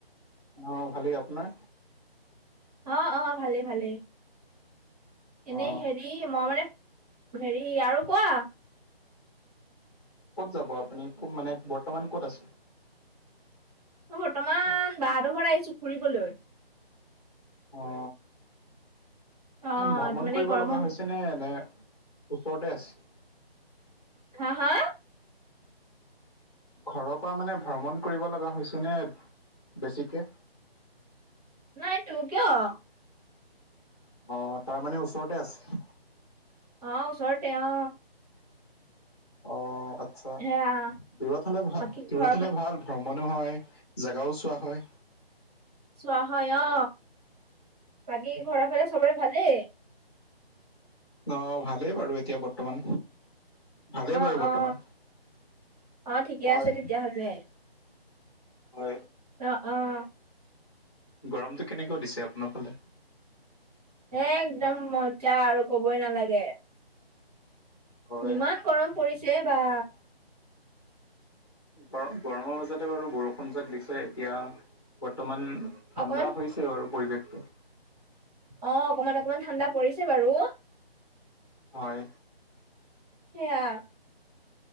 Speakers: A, on the left; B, in the centre.
A: অ ভালেই। আপোনাৰ?
B: অ, অ, ভালে- ভালে এনেই
A: অঁ
B: হেৰি মই মানে, হেৰি আৰু কোৱা
A: ক'ত যাব আপুনি কত মানে বৰ্তমান ক'ত আছে?
B: মই বৰ্তমান বাহতৰ ঘৰত আহিছো ফুৰিবলৈ
A: অ
B: অ
A: ভ্ৰমণ
B: মানে
A: কৰিব
B: গৰমত
A: লগা হৈছে নে এনে ওচৰতে আছে?
B: হা হা?
A: ঘৰৰ পৰা মানে ভ্ৰমণ কৰিব লগা হৈছে নে বেছিকে?
B: নাইটো কিয়?
A: অ তাৰ মানে ওচৰতে আছে?
B: অ ওচৰতে অ।
A: অ আচ্ছা
B: সেয়া
A: দূৰত হলে ভাল,
B: বাকী
A: দূৰত
B: ঘৰৰ
A: হলে
B: ফা
A: ভাল।। ভ্ৰমণো হয় জেগাও চোৱা হয়।
B: চোৱা হয় অ, বাকী ঘৰৰ ফালে চবৰে ভালেই?
A: অ ভালেই বাৰু এতিয়া বৰ্তমান। ভালেই
B: অ-অ,
A: বাৰু বৰ্তমান
B: অ ঠিকে
A: হয়
B: আছে তেতিয়াহ'লে।
A: হয়।
B: অ অ।
A: গৰমটো কেনেকোৱা দিছে আপোনাৰ ফালে?
B: একদম মজা আৰু কবই নালাগে
A: হয়
B: ইমান গৰম পৰিছে বা
A: গৰ গৰমৰ মাজতে বাৰু বৰষুণ জাক দিছে এতিয়া বৰ্তমান ঠাণ্ডা
B: অকমান
A: হৈছে বাৰু পৰিৱেশটো
B: অ অকমান অকমান ঠাণ্ডা পৰিছে বাৰু
A: হয়।
B: সেইয়া।